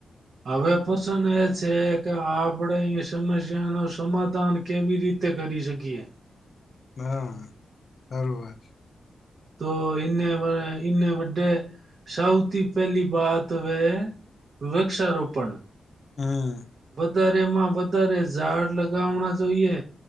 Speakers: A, on the right; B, on the left.
A: હવે પ્રશ્ન એ છે કે આપણે અહીં સમસ્યા નો સમાધાન કેવી રીતે કરી શકીએ.
B: હા સારું વાત.
A: તો એને એને વડે સૌથી પહેલી બાત વે વૃક્ષારોપણ.
B: હમ્મ.
A: <unintelligible> વધારે માં વધારે ઝાડ લગાવના જોઈએ.